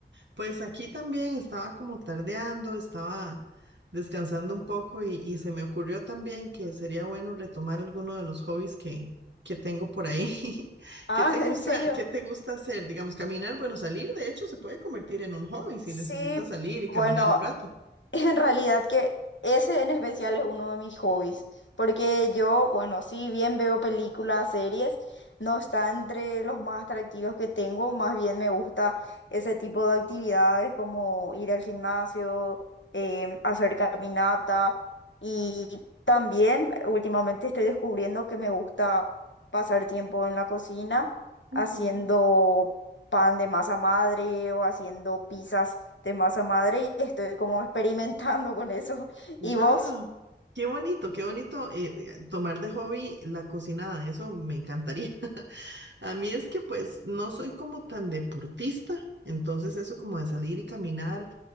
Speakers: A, on the right (about 70°); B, on the left (about 80°).
A: Pues aquí también estaba como tardeando, estaba descansando un poco y, y se me ocurrió también que sería bueno retomar alguno de los hobbies que, que tengo por ahí. <laughs>
B: Ah,
A: ¿Qué te
B: <laughs>
A: gusta,
B: ¿en serio?
A: qué te gusta hacer? Digamos, caminar, bueno, salir de hecho se puede convertir en un hobby si
B: Sí,
A: necesitas salir y
B: bueno,
A: caminar un rato.
B: En realidad que ese en especial es uno de mis hobbies, porque yo, bueno, si bien veo películas, series, no está entre los más atractivos que tengo, más bien me gusta ese tipo de actividades como ir al gimnasio, em, hacer caminata y también últimamente estoy descubriendo que me gusta pasar tiempo en la cocina haciendo
A: Ujú.
B: pan de masa madre o haciendo pizzas de masa madre y estoy como experimentando con eso.
A: Wow,
B: ¿Y vos?
A: qué bonito, qué bonito eh, eh, tomar de hobby la cocinada, eso me encantaría. <laughs> A mí es que pues no soy como tan deportista, entonces eso como de salir y caminar,